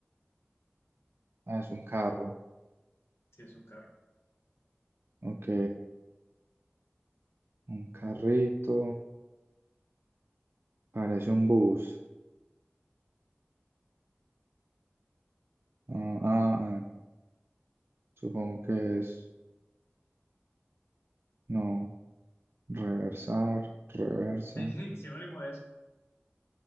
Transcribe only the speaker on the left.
Sí, es un carro.
Sí, sí, sí, sinónimo de eso.